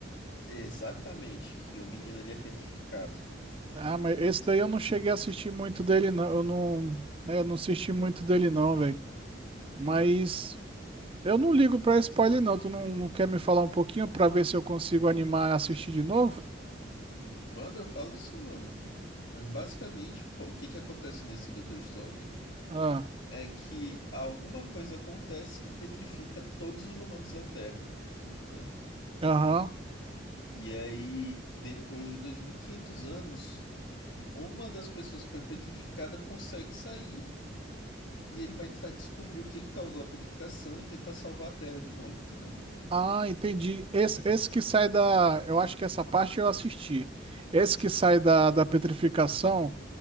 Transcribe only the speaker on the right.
Ah, mas esse daí eu não cheguei a assistir muito dele, não. Eu não, né, eu não assisti muito dele, não, velho. Mas eu não ligo pra spoiler, não. Tu não, não quer me falar um pouquinho pra ver se eu consigo animar e assistir de novo?
Ah,
aham.
Ah, entendi. Esse, esse que sai da. Eu acho que essa parte eu assisti. Esse que sai da, da petrificação.